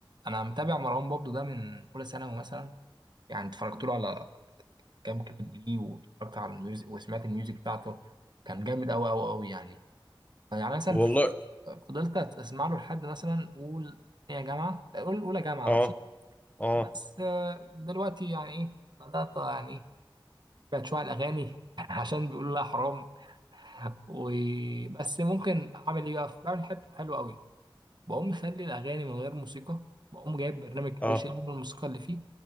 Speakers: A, on the right; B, on the left.
A: أنا متابع مروان بابلو ده من أولى ثانوي مثلا يعني اتفرجت له على كام كليب ليه واتفرجت على الميوزك وسمعت الميوزك بتاعته كان جامد أوي أوي أوي يعني يعني مثلا
B: والله
A: ف- فضلت أسمع له لحد مثلا قول تانية جامعة قول أولى جامعة
B: اه
A: ماشي
B: اه
A: بس آه، دلوقتي يعني إيه بدأت يعني إيه بقت شوية على الأغاني <laughs> عشان بيقولوا لا حرام وبس ممكن أعمل إيه بقى بعمل حتة حلوة أوي بقوم مخلي الأغاني من غير موسيقى بقوم جايب برنامج كده
B: اه
A: بشيل منه الموسيقى اللي فيه